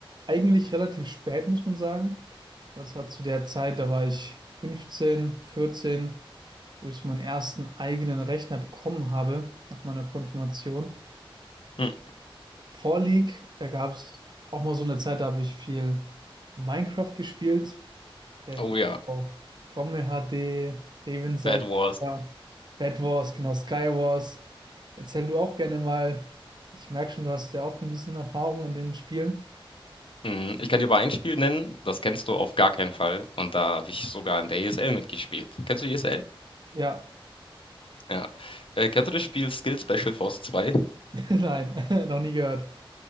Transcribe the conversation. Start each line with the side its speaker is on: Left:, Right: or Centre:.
Right: eigentlich relativ spät, muss man sagen. Aber es war zu der Zeit, da war ich 15, 14, wo ich so meinen ersten eigenen Rechner bekommen habe nach meiner Konfirmation.
Left: Mhm.
Right: Vor League, da gab es auch mal so eine Zeit, da habe ich viel Minecraft gespielt, sehr
Left: Oh
Right: viel
Left: ja,
Right: auf Gomme HD, Revenseite,
Left: Bad Wars.
Right: Bed Wars, genau, Sky Wars. Erzähl du auch gerne mal. Ich merke schon, du hast ja auch ein bisschen Erfahrung in den Spielen.
Left: Mhm, ich kann dir aber ein Spiel nennen, das kennst du auf gar keinen Fall und da habe ich sogar in der ESL mitgespielt. Kennst du ESL?
Right: Ja,
Left: Ja. Äh, kennst du das Spiel Skill Special Force 2?
Right: <laughs> nein, <laughs> noch nie gehört.